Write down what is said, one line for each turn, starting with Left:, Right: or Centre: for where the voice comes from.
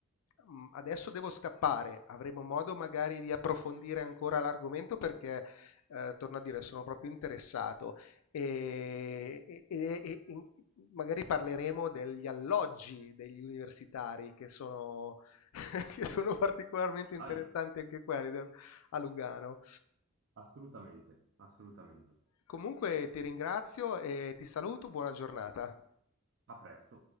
Left: mm, adesso devo scappare, avremo modo magari di approfondire ancora l'argomento perché, eh, torno a dire, sono proprio interessato e, e- e- e- in- magari parleremo degli alloggi degli universitari che sono, <laughs> che sono particolarmente interessanti
Right: ahimè,
Left: anche quelli da- a Lugano.
Right: assolutamente, assolutamente.
Left: Comunque ti ringrazio e ti saluto, buona giornata.
Right: A presto.